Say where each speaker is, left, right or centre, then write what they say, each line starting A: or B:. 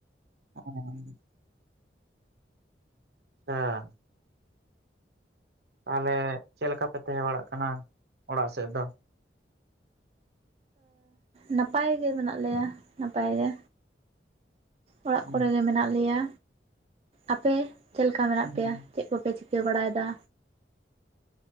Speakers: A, on the right; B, on the right.
A: ᱚᱸ ᱦᱮᱸ ᱛᱟᱦᱚᱞᱮ ᱪᱮᱫ ᱞᱮᱠᱟᱯᱮ ᱛᱟᱦᱮᱸ ᱵᱟᱲᱟᱜ ᱠᱟᱱᱟ ᱚᱲᱟᱜ ᱥᱮᱫ ᱫᱚ
B: ᱱᱟᱯᱟᱭ ᱜᱮ ᱢᱮᱱᱟᱜ ᱞᱮᱭᱟ ᱱᱟᱯᱟᱭ ᱜᱮ ᱚᱲᱟᱜ
A: ᱦᱩᱸ
B: ᱠᱚᱨᱮᱜᱮ ᱢᱮᱱᱟᱜ ᱞᱮᱭᱟ ᱟᱯᱮ ᱪᱮᱫ ᱞᱮᱠᱟ ᱢᱮᱱᱟᱜ
A: ᱦᱩᱸ
B: ᱯᱮᱭᱟ, ᱪᱮᱫ ᱠᱚᱯᱮ ᱪᱤ ᱠᱟᱹ ᱵᱟᱲᱟᱭᱮᱫᱟ